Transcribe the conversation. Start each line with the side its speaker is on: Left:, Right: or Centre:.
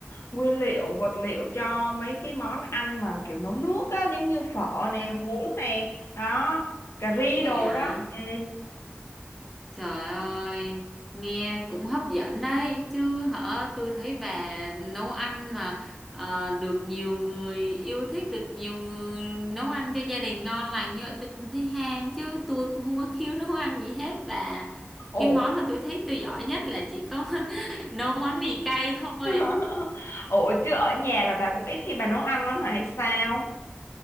Left: nguyên liệu vật liệu cho mấy cái món ăn mà kiểu nấu nước á giống như phở nè
Centre: Ừ,
Left: bún nè đó cà ri
Centre: vậy
Left: đồ
Centre: à
Left: đó ừ
Centre: trời ơi nghe cũng hấp dẫn đấy chứ hả tôi thấy bà nấu ăn mà ờ, được nhiều người yêu thích được nhiều người nấu ăn cho gia đình ngon lành như vậy tôi cũng thấy ham chứ tôi cũng không có khiếu <laughs> nấu ăn gì hết bà
Left: ồ
Centre: cái món mà tôi thấy tôi giỏi nhất là chỉ có <laughs> nấu món mì cay thôi
Left: <laughs> ồ chứ ở nhà là bà cũng ít khi bà nấu ăn lắm hả hay sao